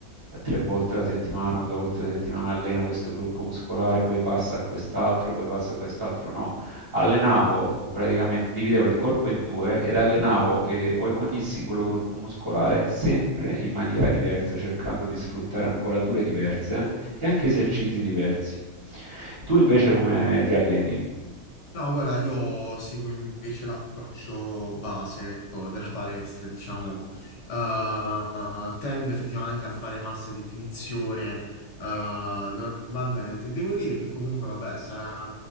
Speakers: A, on the right; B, on the left.
A: tre volte alla settimana o due volte alla settimana allena questo gruppo muscolare, poi passa a quest'altro, poi passa a quest'altro, no allenavo praticamente, dividevo il corpo in due ed allenavo eh, o- ogni singolo gruppo muscolare sempre in maniera diversa, cercando di sfruttare angolature diverse e anche esercizi
B: Ok,
A: diversi. E tu invece
B: ah,
A: come
B: ok.
A: ti alleni?
B: No, guarda, io seguo invece l'approccio base, ecco, della palestra, diciamo. Eh, tendo effettivamente a fare massa e definizione, eh, normalmente. Devo dire che comunque, vabbè, sarà